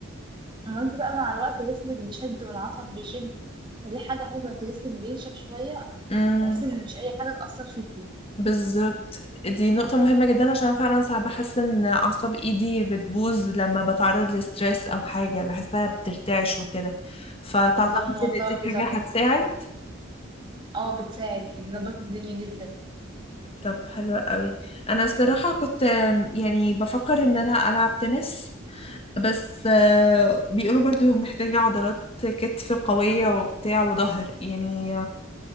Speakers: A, on the right; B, on the left.
A: اما انت بقى مع الوقت جسمك بيشد والعصب بيشد فدي حاجة حلوة انت جسمك بينشف شوية
B: كده
A: بحيث ان مش اي حاجة تأثر فيكي
B: بالظبط دي نقطة مهمة جدا عشان أنا فعلا ساعات بحس ان اعصاب ايدي بتبوظ لما بتعرض لستريس او حاجة بحسها بترتعش وكده فتعتقد
A: بالظبط الموضوع
B: ان
A: ده
B: دي
A: بقى بيظبط
B: حاجة هتساعد
A: اه بتساعد بتظبط الدنيا جدا
B: طب حلو قوي انا الصراحة كنت آم، يعني بفكر ان انا العب تنس بس آه، بيقولوا برضو محتاجة عضلات كتف قوية وبتاع وظهر يعني